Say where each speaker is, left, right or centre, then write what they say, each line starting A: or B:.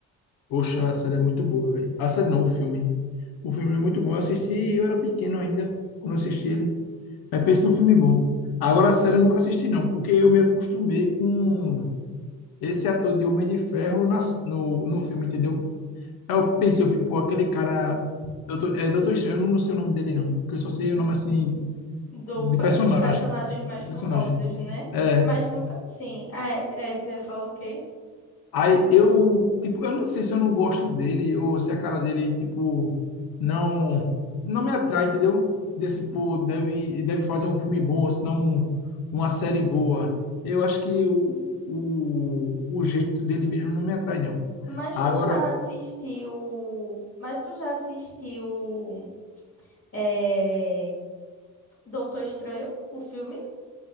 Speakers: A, on the left (about 65°); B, on the left (about 35°).
A: Poxa, a série é muito boa, velho. A série não, o filme. O filme é muito bom. Eu assisti, eu era pequeno ainda, quando eu assisti ele. Mas pensa num filme bom. Agora, sério, eu nunca assisti, não, porque eu me acostumei com esse ator de Homem de Ferro na, no, no filme, entendeu? Aí eu pensei, eu fui, pô, aquele cara. Doutor, é Doutor Estranho, eu não sei o nome dele, não. Porque eu só sei o nome, assim,
B: Do,
A: de personagem.
B: dos personagens mais
A: De
B: famosos,
A: personagem.
B: né?
A: É.
B: Mas nunca, sim. Ah, é, é, tu ia falar o quê?
A: Aí eu, tipo, eu não sei se eu não gosto dele ou se a cara dele, tipo, não não me atrai, entendeu? Desse, pô, deve, deve fazer um filme bom, ou senão uma série boa. Eu acho que o, o, o jeito dele mesmo não me atrai, não.
B: Mas
A: Agora,
B: tu já assistiu. Mas tu já assistiu. É... Doutor Estranho, o filme?